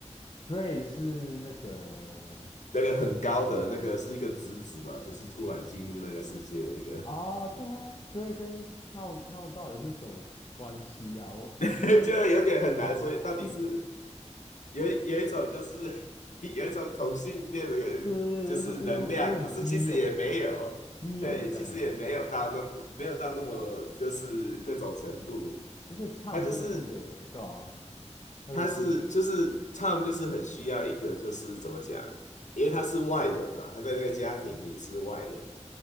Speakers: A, on the left (about 45°); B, on the left (about 85°).
A: g r a d 是那个
B: 那个很高的那个是一个侄子嘛，就是突然进入那个世界的一个，
A: 啊，对啊 g r a d 跟 Tom Tom 到底是什么关系啊？我我真的
B: <laughs> 就有点很难。所以到底是
A: 我
B: 有有一种就是 <laughs> 有一种同性恋的
A: 对对对，
B: 就是能量，
A: 有种有种有种基友
B: 可是其实也没有，
A: 基友的感觉，
B: 对，其实也没有到那么没有到那么就是那种程度。
A: 而且 Tom
B: 他就是
A: 真的是个呃对啊，他就是
B: 他是就是 Tom 就是很需要一个就是怎么讲，因为他是外人嘛，他在那个家庭里是外人。